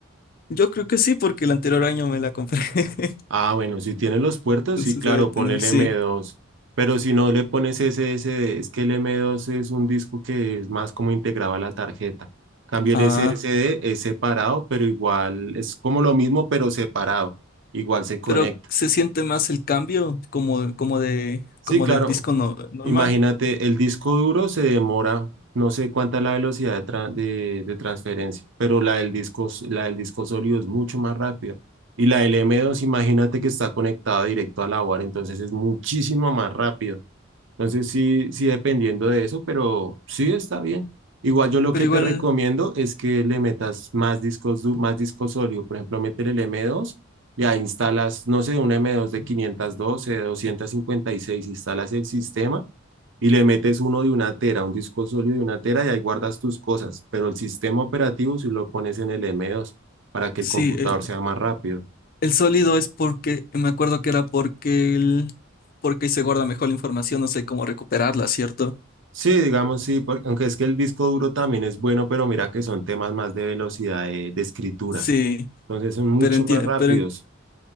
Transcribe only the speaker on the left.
Yo creo que sí, porque el anterior año me la compré. <laughs>
Entonces
debe tener,
sí.
Ah,
pero se siente más el cambio como, como de,
como
del disco no- normal.
Pero
igual,
sí,
el,
el sólido es porque, me acuerdo que era porque el, porque se guarda mejor la información, no sé cómo recuperarla, ¿cierto?
Sí,
pero enti-
pero, en-